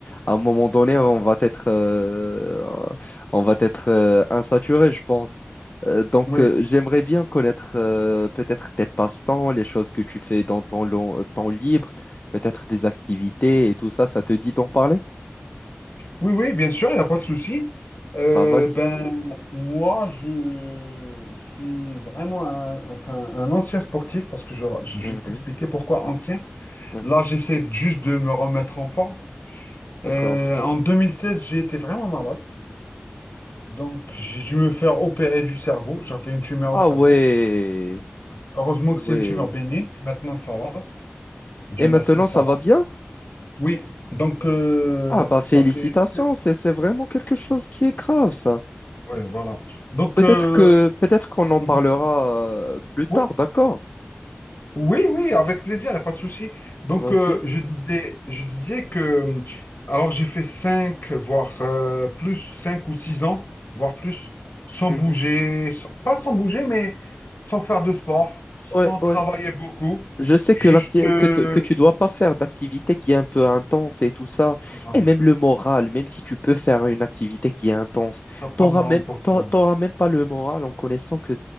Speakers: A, on the left; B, on the left.
A: à un moment donné, on va être, euh, on va être euh, insaturé, je pense. Euh, donc,
B: Oui.
A: euh, j'aimerais bien connaître euh, peut-être tes passe-temps, les choses que tu fais dans ton long- temps libre peut-être des activités et tout ça, ça te dit d'en parler?
B: Oui, oui, bien sûr, il n'y a pas de souci. Euh,
A: Bah vas-y.
B: ben, moi, je suis vraiment un, enfin, un ancien sportif parce que je, je je
A: Mhm,
B: vais t'expliquer pourquoi ancien.
A: mhm,
B: Là, j'essaie juste de me remettre en forme.
A: D'accord.
B: Euh, en 2016, j'ai été vraiment malade. Donc, j'ai dû me faire opérer du cerveau. J'avais une tumeur
A: Ah
B: au cerveau.
A: ouais,
B: Ouais. Heureusement
A: ouais.
B: que c'est une tumeur bénigne. Maintenant, ça va. Dieu
A: Et maintenant,
B: merci, ça
A: ça
B: va.
A: va bien?
B: Oui, donc, euh,
A: Ah bah félicitations,
B: ça fait...
A: c'est c'est vraiment quelque chose qui est grave, ça.
B: Ouais, voilà. Donc,
A: Peut-être
B: euh,
A: que peut-être qu'on en
B: mhm.
A: parlera euh, plus tard,
B: oui,
A: d'accord?
B: oui, oui, avec plaisir, il n'y a pas de souci. Donc,
A: Vas-y.
B: euh, je disais, je disais que, euh, alors j'ai fait 5 voire euh, plus, 5 ou 6 ans, voire plus, sans
A: Mhm.
B: bouger, sans- pas sans bouger, mais sans faire de sport, sans
A: Ouais,
B: travailler
A: ouais.
B: beaucoup,
A: Je sais
B: juste...
A: que, l'acti-
B: euh,
A: que, te- que tu dois pas faire d'activité qui est un peu intense et tout ça.
B: enfin,
A: Et même le moral, même si tu peux faire une activité qui est intense,
B: t'as pas
A: t'auras
B: le moral
A: même,
B: pour
A: t'auras
B: ça,
A: t'auras même pas le moral en connaissant que,